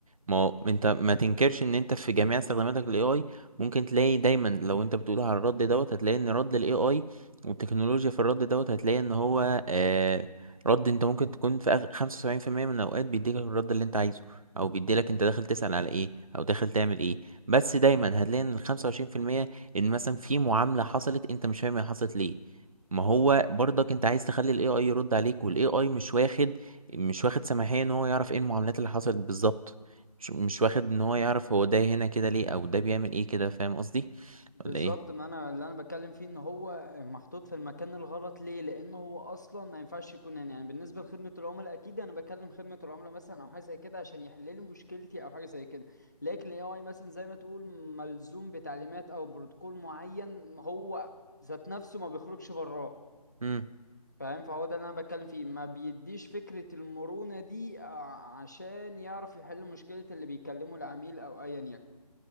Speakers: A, on the right; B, on the left.
A: ما هو انت ما تنكرش ان انت في جميع استخداماتك للاي اي ممكن تلاقي دايما لو انت بتقول على الرد دوت هتلاقي ان رد الاي اي والتكنولوجيا في الرد دوت هتلاقي ان هو آه، رد انت ممكن تكون في آخر 75% من الاوقات بيديلك الرد اللي انت عايزه او بيديلك انت داخل تسأل على ايه او داخل تعمل ايه بس دايما هتلاقي ان الخمسة وعشرين في المية ان مثلا في معاملة حصلت انت مش فاهم هي حصلت ليه ما هو برضك انت عايز تخلي الاي اي يرد عليك والاي اي مش واخد مش واخد سماحية ان هو يعرف ايه المعاملات اللي حصلت بالظبط مش, مش واخد ان هو يعرف هو ده هنا كده ليه او ده بيعمل ايه كده فاهم قصدي
B: بالظبط
A: ولا ايه
B: ما انا اللي انا بتكلم فيه ان هو محطوط في المكان الغلط ليه لان هو اصلا ما ينفعش يكون هنا يعني بالنسبه لخدمه العملاء اكيد انا بكلم خدمه العملاء مثلا او حاجه زي كده عشان يحللوا مشكلتي او حاجه زي كده لكن الاي اي مثلا زي ما تقول ملزوم بتعليمات او بروتوكول معين هو ذات نفسه ما بيخرجش براه
A: امم
B: فاهم فهو ده اللي انا بتكلم فيه ما بيديش فكره المرونه دي ع- عشان يعرف يحل مشكله اللي بيكلمه العميل او ايا يكن